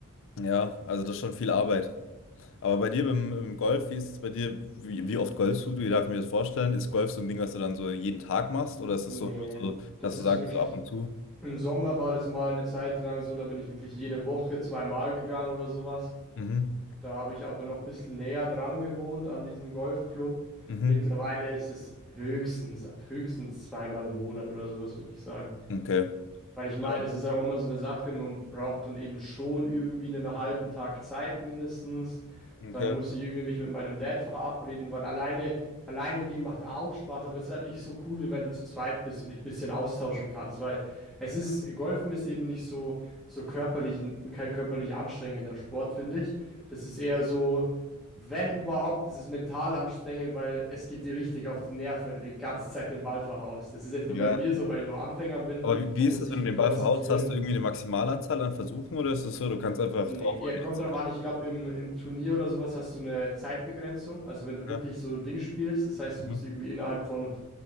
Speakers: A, on the left; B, in the centre.
A: Ja, also das ist schon viel Arbeit. Aber bei dir beim, im Golf, wie ist es bei dir? Wie, wie oft golfst du? Wie darf ich mir das vorstellen? Ist Golf so ein Ding, was du dann so jeden Tag machst? Oder ist
B: Nee,
A: es so, nur so,
B: das
A: dass
B: ist
A: du sagst,
B: wirklich.
A: so ab und zu?
B: Im Sommer war das mal eine Zeit lang so, da bin ich wirklich jede Woche zweimal gegangen oder sowas.
A: Mhm.
B: Da habe ich aber noch ein bisschen näher dran gewohnt an diesem Golfclub.
A: Mhm.
B: Mittlerweile ist es höchstens, höchstens zweimal im Monat oder sowas, würde ich sagen.
A: Okay.
B: Weil ich meine,
A: Ja.
B: es ist ja auch immer so eine Sache, man braucht dann eben schon irgendwie einen halben Tag Zeit mindestens.
A: Okay.
B: Dann muss ich irgendwie mich mit meinem Dad verabreden, weil alleine, alleine gehen macht auch Spaß, aber es ist halt nicht so cool, wie wenn du zu zweit bist und dich ein bisschen austauschen kannst, weil es ist, Golfen ist eben nicht so, so körperlich, kein körperlich anstrengender Sport, finde ich. Das ist eher so, wenn überhaupt, ist es mental anstrengend, weil es geht dir richtig auf die Nerven, wenn du die ganze Zeit den Ball verhaust. Das ist jetzt
A: Ja.
B: nur bei mir so, weil ich noch Anfänger bin.
A: Aber wie, wie
B: Man
A: ist
B: muss
A: das,
B: sich
A: wenn
B: viel
A: du den
B: konzentrieren.
A: Ball verhaust? Hast du irgendwie eine Maximalanzahl an Versuchen oder ist es so, du kannst einfach
B: Nee,
A: draufhauen
B: ja, kommt
A: die ganze
B: drauf
A: Zeit?
B: an. Ich glaube, im, im Turnier oder sowas hast du eine Zeitbegrenzung. Also, wenn du
A: Ja.
B: wirklich so Ding spielst, das heißt,
A: Mhm.
B: du musst irgendwie innerhalb von